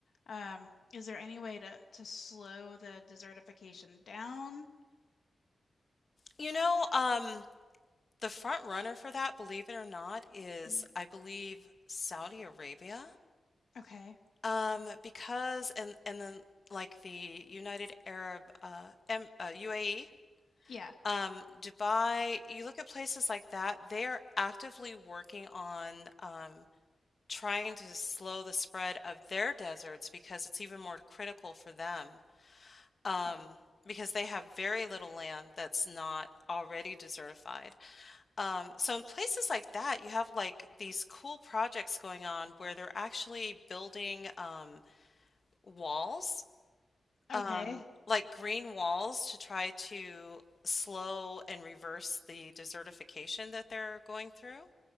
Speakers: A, on the left; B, on the left.
A: Um, is there any way to to slow the desertification down?
B: You know, um, the front runner for that, believe it or not, is
A: Mm,
B: I believe Saudi Arabia.
A: Okay.
B: Um, because and and then like the United Arab uh, em, uh, UAE,
A: Yeah.
B: um, Dubai. You look at places like that; they are actively working on um, trying to slow the spread of their deserts because it's even more critical for them. Um,
A: Mhm.
B: because they have very little land that's not already desertified. Um, so in places like that, you have like these cool projects going on where they're actually building um, walls,
A: Okay.
B: um, like green walls to try to slow and reverse the desertification that they're going through.